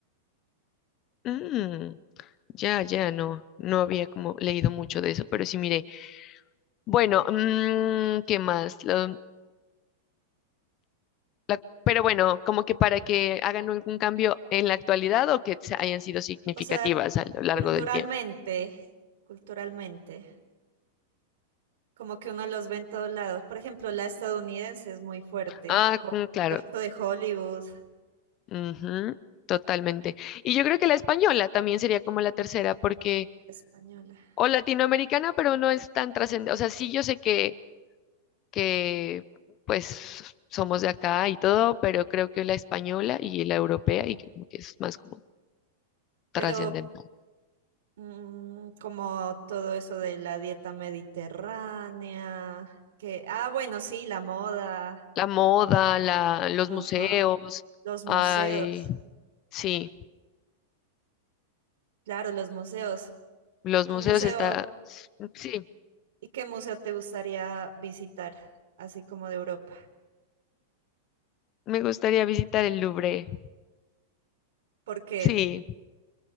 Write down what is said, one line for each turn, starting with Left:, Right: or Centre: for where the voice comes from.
Left: Mm, ya, ya, no, no había como leído mucho de eso, pero sí miré. Bueno, mm, ¿qué más? Lo- la- pero bueno, como que para que hagan algún cambio en la actualidad o que se- hayan sido significativas
Right: O sea,
Left: a lo largo
Right: culturalmente,
Left: del tiempo.
Right: culturalmente, como que uno los ve en todos lados. Por ejemplo, la estadounidense es muy fuerte,
Left: Ah,
Right: Ho-
Left: mm, claro.
Right: todo esto de Hollywood,
Left: Ujú, totalmente. Y yo creo que la española también sería como la tercera, porque,
Right: la española.
Left: o latinoamericana, pero no es tan trascendente. O sea, sí, yo sé que, que, pues, somos de acá y todo, pero creo que la española y la europea, y como que es más como trascendental.
Right: Pero Mm, como todo eso de la dieta mediterránea, que, ah, bueno, sí, la moda,
Left: La moda, la, los
Right: ajá,
Left: museos,
Right: los
Left: ay,
Right: museos,
Left: sí,
Right: claro, los museos.
Left: los
Right: Un
Left: museos
Right: museo,
Left: está, sí,
Right: ¿y qué museo te gustaría visitar, así como de Europa?
Left: me gustaría visitar el Louvre,
Right: Porque,
Left: sí.